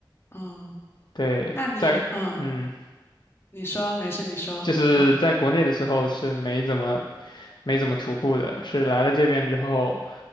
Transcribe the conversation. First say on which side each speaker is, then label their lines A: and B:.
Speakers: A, on the left; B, on the left.
A: 嗯，
B: 对，
A: 那你嗯。
B: 在嗯，
A: 你说，没事，你说。
B: 就是在国内的时候是没怎么
A: 嗯，
B: 没怎么徒步的，是来了这边之后。